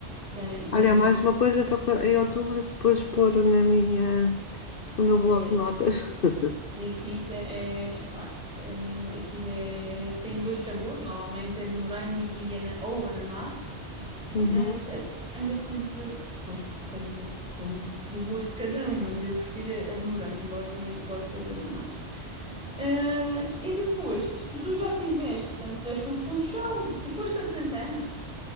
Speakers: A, in the centre; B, on the left.
A: tem- tens
B: Olha, é mais
A: de.
B: uma coisa para co- em outubro depois pôr na minha, no meu
A: eh,
B: bloco de notas. <laughs>
A: Nikita é. Epá, é, aquilo é, tem dois sabores, normalmente é de morango e, e ana- ou ananás.
B: Uhum.
A: Mas a de moranga sempre, pois, quer dizer, depende de- do gosto de cada um, mas eu prefiro a a de morango, embora também goste da de ananás. Ah, e depois, se tu, tu já tiveste, portanto, estiveste no Funchal e foste a Santana?